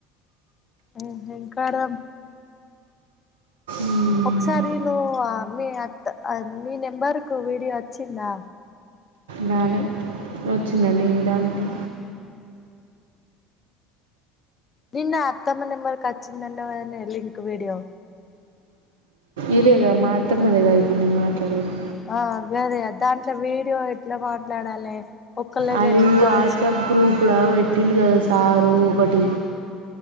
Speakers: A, on the left (about 30°); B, on the right (about 75°).
A: ఉహుం కారం
B: మ్మ్.
A: ఒకసారి నువ్ మీ అత్త మీ నెంబర్ కు వీడియో వచ్చిందా?
B: బాలెన్ వచ్చిందా మీ దానికి
A: నిన్న అత్తమ్మ నెంబర్కి వచ్చిందంన్నవు గదనే లింక్ వీడియో
B: ఇదేగా మా అత్తమ్మదే గా ఇప్పుడునే మాట్లాడేది.
A: ఆ గదే దాంట్లో వీడియో ఎట్లా మాట్లాడాలి. ఒక్కళ్ళకి
B: అది
A: ఎన్ని కాల్స్
B: వాట్సాప్
A: చేయాలి
B: గ్రూప్ లో వేట్ పెట్టిండు కదా సారు ఒకటి